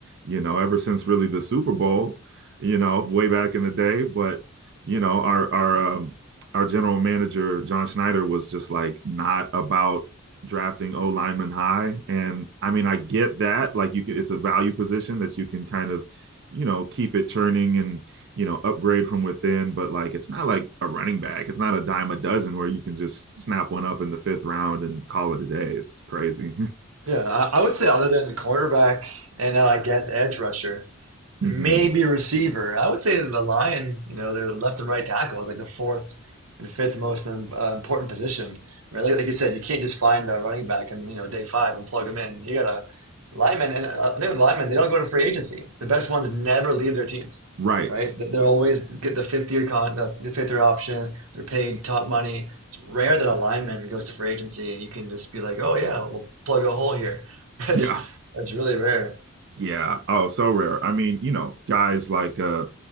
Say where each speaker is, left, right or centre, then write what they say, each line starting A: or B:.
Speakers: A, on the right; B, on the right.
A: you know, ever since really the Super Bowl, you know, way back in the day, but you know, our our um our general manager John Schneider was just like not about drafting O lineman high and I mean I get that like you can it's a value position that you can kind of you know keep it churning and you know, upgrade from within, but like it's not like a running back. It's not a dime a dozen where you can just snap one up in the fifth round and call it a day. It's crazy.
B: Yeah, I, I would say other than cornerback and uh, I guess edge rusher, maybe
A: <laughs> mm-hmm.
B: receiver. I would say the line, you know, their left and right tackle is like the fourth and fifth most um, uh, important position. Right? Like, like you said, you can't just find a running back and you know day five and plug him in. You got to linemen, and uh, I think with linemen they don't go to free agency. The best ones never leave their teams.
A: Right.
B: Right? They- They're always get the fifth year con the, the fifth year option. They're paid top money rare that a lineman goes to free agency and you can just be like, oh yeah, we'll plug a hole here. <laughs> That's
A: Yeah.
B: that's really rare.
A: Yeah. Oh, so rare. I mean, you know, guys like uh